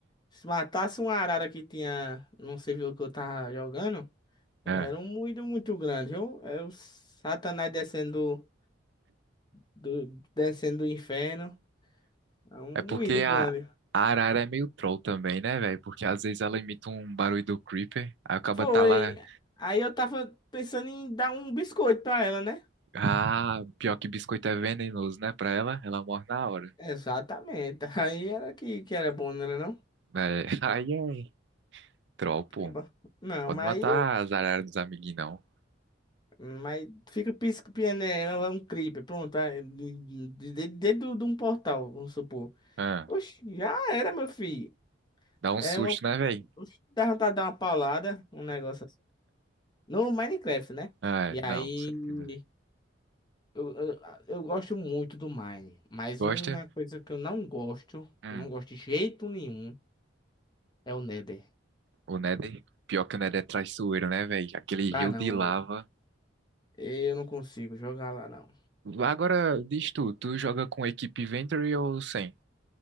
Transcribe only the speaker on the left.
se matasse uma arara que tinha num servidor que eu tava jogando, era
um moído muito grande. Eu, era o Satanás descendo do, do- descendo do inferno. É um
moído grande.
Foi.
Aí eu tava pensando em dar um biscoito pra ela, né?
Exatamente. <laughs> Aí era que, que era bom, não era não?
Acaba- Não,
mas
Mas fica piscando, é, é um creeper, pronto, ah, de- de- de- dentro de um portal, vamos supor.
Oxe, já era, meu filho.
É
uma.
oxe, Dá vontade de dar uma paulada, um negócio assim. No Minecraft, né?
E
aí.
Eu, eu, eu gosto muito do Mine, mas
uma coisa que eu não gosto,
não gosto de jeito nenhum, é o Nether.
Dá
não,
né? eu não consigo jogar lá não.